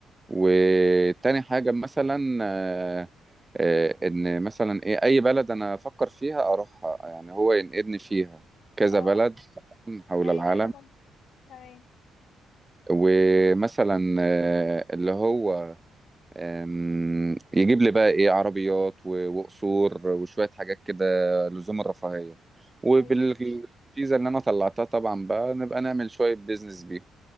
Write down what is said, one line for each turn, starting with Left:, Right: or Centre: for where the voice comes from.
Right: وتاني حاجة مثلا آه، آه، إن مثلا إيه أي بلد أنا أفكر فيها أروحها يعني هو ينقلني فيها كذا
Left: اه
Right: بلد حول
Left: يعني
Right: العالم
Left: ده اللي من... تمام
Right: ومثلا آه، اللي هو آم، يجيب لي بقى ايه عربيات و- وقصور وشوية حاجات كده لزوم الرفاهية وبالفيزا
Left: أيوة
Right: اللي انا طلعتها طبعا بقى نبقى نعمل شوية بيزنس بيهم